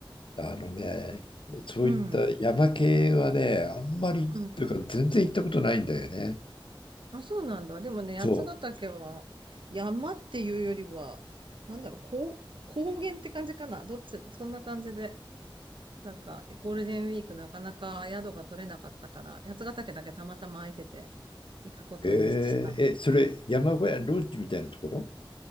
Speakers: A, on the left; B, on the right.
A: のね、そういった山系はね、
B: うん。
A: あんまり、
B: うん。
A: というか全然行ったことないんだよね。
B: あ、そうなんだ。でもね、
A: そう。
B: 八ヶ岳は山っていうよりは、なんだろう、高、高原って感じかな。どっち、そんな感じで。なんか、ゴールデンウィークなかなか宿が取れなかったから、八ヶ岳だけたまたま空いてて行くことにした。
A: えーえ、それ山小屋、ロッジみたいなところ